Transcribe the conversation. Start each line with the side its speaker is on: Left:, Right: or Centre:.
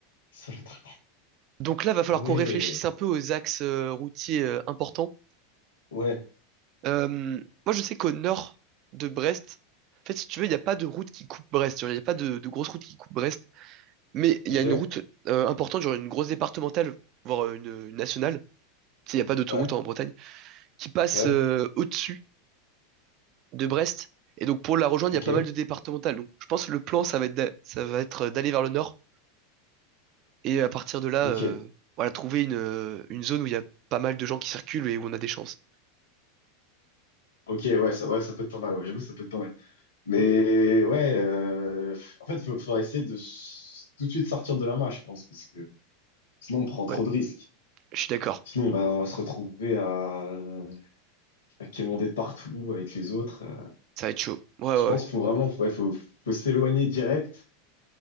Left: Ça va être...
Right: Donc là, va falloir
Left: Ah ouais.
Right: qu'on réfléchisse un peu aux axes euh, routiers euh, importants.
Left: Ouais.
Right: Euh, moi, je sais qu'au nord de Brest, en fait, si tu veux, il n'y a pas de route qui coupe Brest. Il n'y a pas de, de grosse route qui coupe Brest. Mais il
Left: Ok.
Right: y a une route euh, importante, genre une grosse départementale, voire euh, une, une nationale, tu sais, il n'y a pas d'autoroute
Left: Ouais.
Right: hein, en Bretagne, qui passe
Left: Ouais.
Right: euh, au-dessus de Brest. Et donc pour la rejoindre,
Left: Ok.
Right: il y a pas mal de départementales. Donc je pense que le plan, ça va être d'a- ça va être euh, d'aller vers le nord et à partir de là,
Left: Ok.
Right: euh, voilà, trouver une, euh, une zone où il y a pas mal de gens qui circulent et où on a des chances.
Left: Ok, ouais, ça, ouais, ça peut être pas mal. Ouais, j'avoue, ça peut être pas mal. Mais ouais, euh, en fait, il faudra essayer de s- tout de suite sortir de la main, je pense, parce que sinon, on prend trop
Right: Ouais,
Left: de risques.
Right: je suis d'accord.
Left: Sinon, on va, on va se retrouver à qui est monté de partout avec les autres. euh.
Right: Ça va être chaud. Ouais,
Left: je
Right: ouais,
Left: pense
Right: ouais.
Left: qu'il faut vraiment ouais, faut, faut s'éloigner direct